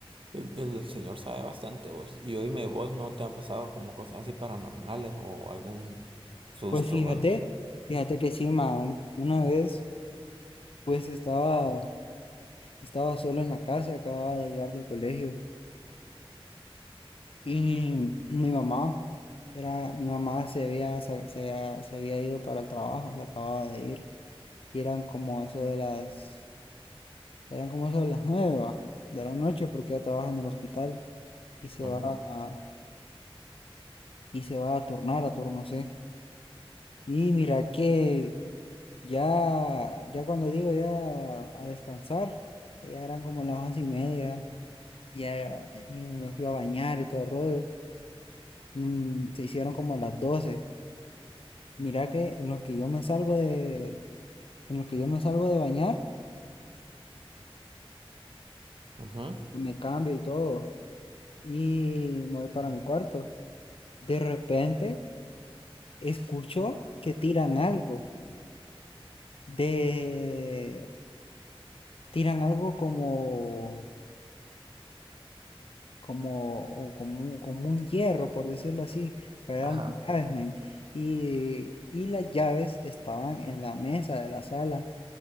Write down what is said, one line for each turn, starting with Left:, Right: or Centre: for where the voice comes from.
Right: el, el- el señor sabe bastante vos. Y oíme, vos no te ha pasado como cosas así paranormales o algún susto
Left: Pues fíjate,
Right: o algo.
Left: fíjate que sí, man, una vez, pues estaba, estaba solo en la casa, acababa de llegar del colegio. Y mi mamá era, mi mamá se había, se, se había, se había ido para el trabajo, se acababa de ir, y eran como eso de las, eran como eso de las nueve va, de la noche, porque ella trabaja en el hospital y se
Right: Ajá,
Left: va a, y se va a turnar a turno C. Y mira que ya, ya cuando digo ya a descansar, ya eran como las once y media, ya y me fui a bañar y todo el rollo. Mm, se hicieron como a las doce. Mira que en los que yo me salgo de, en los que yo me salgo de bañar,
Right: ajá,
Left: me cambio y todo, y me voy para mi cuarto. De repente escucho que tiran algo, de, tiran algo como, como, o como, un- como un hierro, por decirlo así, pero eran
Right: ajá.
Left: llaves, men. Y, y las llaves estaban en la mesa de la sala.